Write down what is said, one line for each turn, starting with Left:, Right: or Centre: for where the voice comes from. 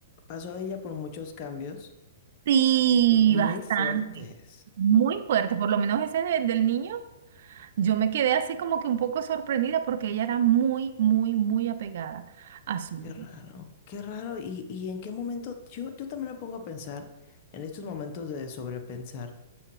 Left: pasó ella por muchos cambios
Right: Sí,
Left: y muy
Right: bastante.
Left: fuertes.
Right: Muy fuerte, por lo menos ese de- del niño, yo me quedé así como que un poco sorprendida porque ella era muy, muy, muy apegada a su hijo.
Left: Qué raro, qué raro. ¿Y, y en qué momento? Yo, yo también me pongo a pensar en estos momentos de sobrepensar,